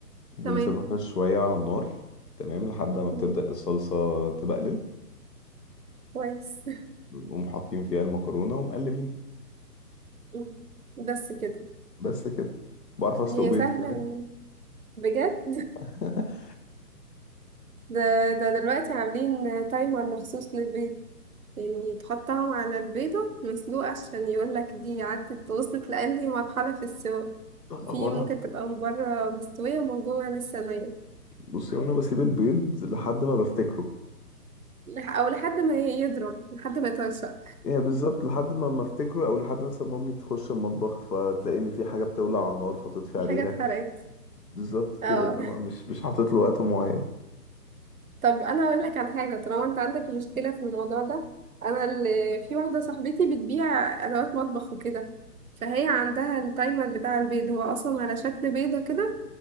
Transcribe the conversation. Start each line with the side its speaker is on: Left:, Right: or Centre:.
Left: وبنسيبها
Right: تمام
Left: شوية على النار تمام لحد ما بتبدأ
Right: مم.
Left: الصلصة تبقلل
Right: كويس
Left: بنقوم حاطين فيها المكرونة ومقلبين
Right: مم. بس كده
Left: بس كده بعرف اسلق
Right: هي
Left: بيض
Right: سهلة
Left: كمان
Right: بجد <laughs>
Left: <laughs>
Right: ده ده دلوقتي عاملين تايمر مخصوص للبيض يعني تحطهم على البيضة مسلوقة عشان يقولك دي عدت وصلت لأنهي مرحلة في السوا
Left: هو
Right: في
Left: انا
Right: ممكن تبقى من بره مستوية ومن جوه لسه نية
Left: بصي هو انا بسيب البيض لحد ما بفتكره
Right: لح- أو لحد ما يضرب لحد ما يطرشق
Left: يعني بالظبط لحد ما ما افتكره او لحد مثلا مامي تخش المطبخ فتلاقيني في حاجه بتولع على النار فتطفي
Right: في
Left: عليها
Right: حاجة اتحرقت
Left: بالظبط
Right: اه
Left: كده انما مش مش حاطط له وقت معين
Right: طب انا اقول لك على حاجه طالما انت عندك مشكله في الموضوع ده انا اللي في واحده صاحبتي بتبيع ادوات مطبخ وكده فهي عندها التايمر بتاع البيض هو اصلا على شكل بيضه كده